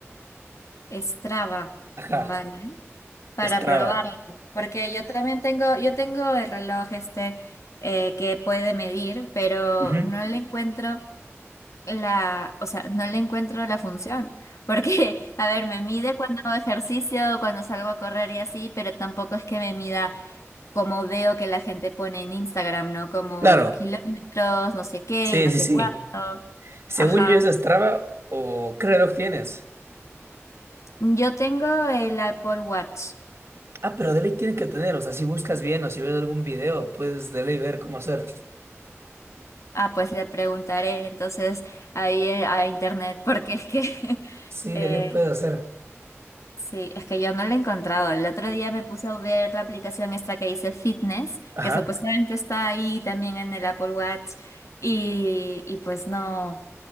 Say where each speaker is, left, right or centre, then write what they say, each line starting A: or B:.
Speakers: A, on the left; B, on the right.
A: Strava.
B: Ajá,
A: Vale. para
B: Strava.
A: probarla, porque yo también tengo, yo tengo el reloj este eh, que puede medir, pero
B: Ujú.
A: no le encuentro la, o sea, no le encuentro la función, porque, <laughs> a ver, me mide cuando hago ejercicio, cuando salgo a correr y así, pero tampoco es que me mida como veo que la gente pone en Instagram, ¿no? Como
B: Claro,
A: los kilómetros, no sé qué
B: sí,
A: y no sé
B: sí, sí.
A: cuánto.
B: Según
A: Ajá.
B: yo es Strava o ¿qué reloj tienes?
A: Yo tengo el Apple Watch.
B: Ah, pero de ley tiene que tener, o sea, si buscas bien o si ves algún video, puedes de ley ver cómo hacer.
A: Ah, pues le preguntaré entonces ahí eh, a internet, <laughs> porque es que <laughs>
B: Sí,
A: eh,
B: de ley puedes hacer.
A: sí, es que yo no lo he encontrado. El otro día me puse a ver la aplicación esta que dice Fitness,
B: Ajá,
A: que supuestamente está ahí también en el Apple Watch, y, y pues no,